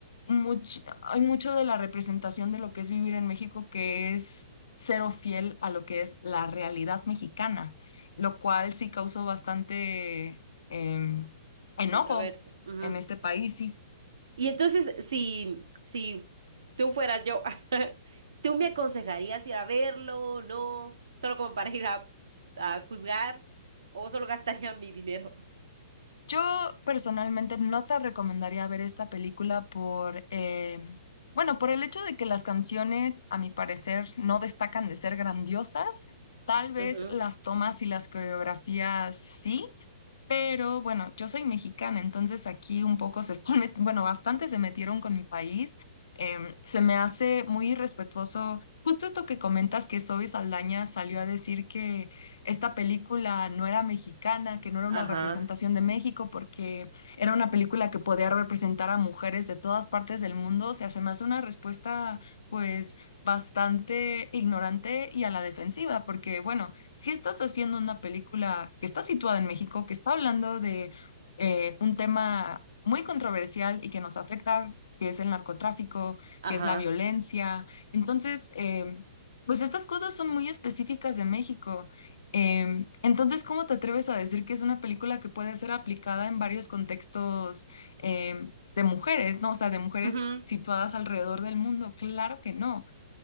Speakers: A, on the left; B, on the right.
A: much- hay mucho de la representación de lo que es vivir en México que es cero fiel a lo que es la realidad mexicana, lo cual sí causó bastante em, enojo
B: controversia controversia.
A: en este país. sí.
B: Y entonces, si, si tú fueras yo, <laughs> ¿tú me aconsejarías ir a verlo? ¿No? ¿Solo como para ir a, a juzgar? ¿O solo gastaría mi dinero?
A: yo personalmente no te recomendaría ver esta película por, em, bueno, por el hecho de que las canciones, a mi parecer, no destacan de ser grandiosas. Tal vez
B: Ujú,
A: las tomas y las coreografías sí, Pero bueno, yo soy mexicana, entonces aquí un poco se están, met- bueno, bastante se metieron con mi país. Em, se me hace muy irrespetuoso. Justo esto que comentas que Zoe Saldaña salió a decir que esta película no era mexicana, que no era
B: Ajá,
A: una representación de México, porque era una película que podía representar a mujeres de todas partes del mundo. O sea, se me hace una respuesta, pues, bastante ignorante y a la defensiva, porque bueno si estás haciendo una película que está situada en México, que está hablando de eh, un tema muy controversial y que nos afecta, que es el narcotráfico,
B: ajá.
A: que es la violencia, entonces, em, pues estas cosas son muy específicas de México. Em, entonces, ¿cómo te atreves a decir que es una película que puede ser aplicada en varios contextos em, de mujeres, ¿no? O sea, de mujeres
B: ujú.
A: situadas alrededor del mundo. Claro que no.